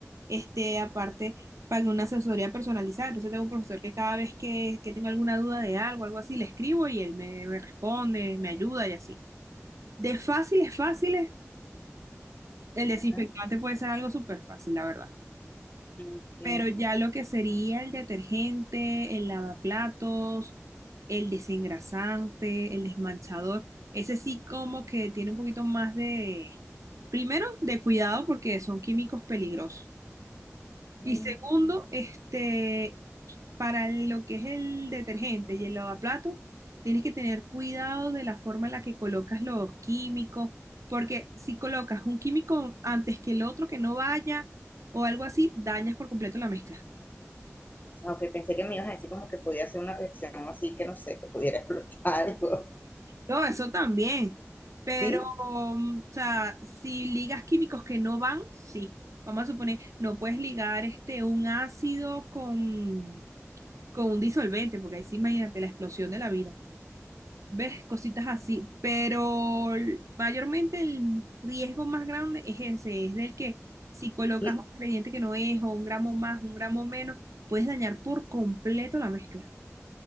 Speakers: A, on the right; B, on the left.
A: Este, aparte, pagué una asesoría personalizada, entonces tengo un profesor que cada vez que, que tengo alguna duda de algo, algo así, le escribo y él me, me responde, me ayuda y así. De fáciles, fáciles, el desinfectante
B: Ajá.
A: puede ser algo súper fácil, la verdad.
B: Ok.
A: Pero ya lo que sería el detergente, el lavaplatos, el desengrasante, el desmanchador, ese sí como que tiene un poquito más de, primero, de cuidado porque son químicos peligrosos. Y
B: Mm,
A: segundo, este, para lo que es el detergente y el lavaplatos, tienes que tener cuidado de la forma en la que colocas los químicos, porque si colocas un químico antes que el otro que no vaya o algo así, dañas por completo la mezcla.
B: ok, pensé que me ibas a decir como que podía hacer una reacción así, que no sé, que pudiera <laughs> explotar algo,
A: No, eso también. Pero,
B: ¿sí?
A: um, o sea, si ligas químicos que no van, sí. Vamos a suponer, no puedes ligar este un ácido con, con un disolvente, porque ahí sí, imagínate la explosión de la vida. ¿Ves? Cositas así. Pero l- mayormente el riesgo más grande es ese, es del que si colocas
B: Y,
A: un ingrediente que no es, o un gramo más, un gramo menos, puedes dañar por completo la mezcla.